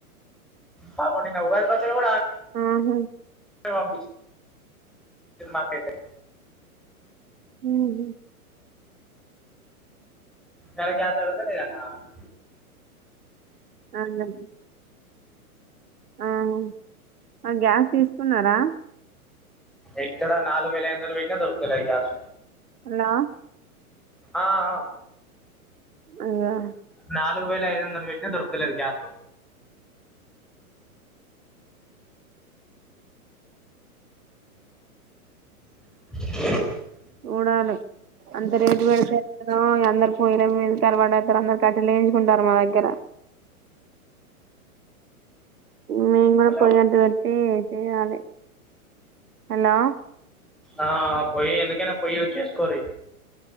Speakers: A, in the centre; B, on the right.
A: పాపం నిన్న ఉగాది పచ్చడి కూడా
B: ఆహా
A: ఇప్పుడే పంపించి సినిమాకైతే
B: ఉహ్మ్మ్
A: ఇయలా గ్యాస్ అడుగుతే లేదన్నదామె
B: అ అన్న అవును అ గ్యాస్ తీసుకున్నారా
A: ఎక్కడ నాలుగు వేయిలా ఐదు వందలు వెట్టిిన దొరకుతలేద్ గ్యాస్
B: హలో
A: ఆ ఆ
B: అయ్యో
A: నాలుగు వేయిలా ఐదు వందలు పెట్టినా దొరకలేదు గ్యాస్ <unintelligible>
B: చూడాలే అంత రేటు పెడితే ఎట్లనో ఇగ అందరు పోయల మీద తర్వాడ దరు అందరూ కట్టే లేయించుకుంటారు మా దగ్గర మేమ్ గూడా
A: హలో
B: పోయి అంటిపెట్టి చేయాలే హలో
A: ఆ పొయ్యి ఎందుకైనా పొయ్యి యూస్ చేసుకోర్రి